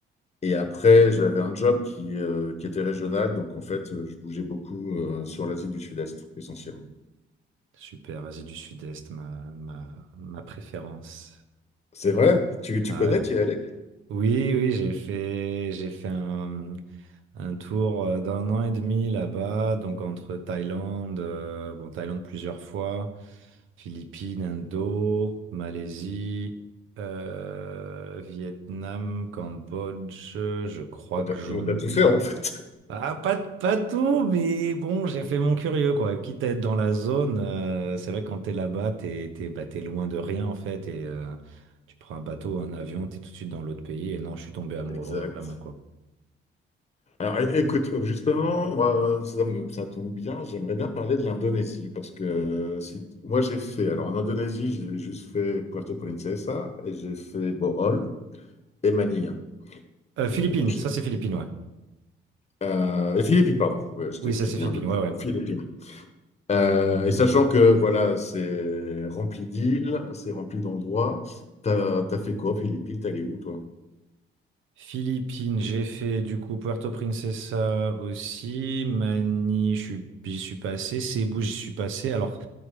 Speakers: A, on the left (about 35°); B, on the right (about 80°).
A: Et après, j'avais un job qui, euh, qui était régional. Donc, en fait, euh, je bougeais beaucoup euh, sur l'Asie du Sud-Est, essentiellement.
B: Super, Asie du Sud-Est, ma, ma, ma préférence.
A: C'est vrai? Tu, tu
B: Ouais.
A: connais, tu y es allé?
B: Oui, oui, j'ai fait, j'ai fait un, Un tour euh, d'un an et demi là-bas, donc entre Thaïlande, euh, bon, Thaïlande plusieurs fois, Philippines, Indo, Malaisie, euh, Vietnam, Cambodge, je crois
A: Bon, t'as
B: que j'en
A: t'as
B: oublie.
A: tout fait en fait.
B: Ah, pas, pas tout, mais bon, j'ai fait mon curieux, quoi. Quitte à être dans la zone, euh, c'est vrai que quand t'es là-bas, t'es, t'es, bah, t'es loin de rien, en fait, et euh, tu prends un bateau, un avion, t'es tout de suite dans l'autre pays, et non, je suis tombé
A: <laughs>
B: amoureux,
A: Exact.
B: vraiment, quoi.
A: Alors é- écoute, justement, moi, ça, me- ça tombe bien, j'aimerais bien parler de l'Indonésie parce que euh, si, moi j'ai fait, alors en Indonésie, j'ai juste fait Puerto Princesa et j'ai fait Bohol et Manille.
B: Euh,
A: Euh,
B: Philippines,
A: donc, je-
B: ça c'est Philippines, ouais.
A: euh, et Philippines, pardon. Ouais, je t'ai-
B: Oui, ça
A: j'ai
B: c'est
A: dit
B: Philippines,
A: Indonésie,
B: ouais, ouais.
A: aux Philippines. Euh, et sachant que voilà, c'est rempli d'îles, c'est rempli d'endroits, t'as, t'as fait quoi aux Philippines? T'es allé où toi?
B: Philippines, j'ai fait du coup Puerto Princesa aussi. Mani, je suis- j'y suis passé. Cebu, j'y suis passé. Alors,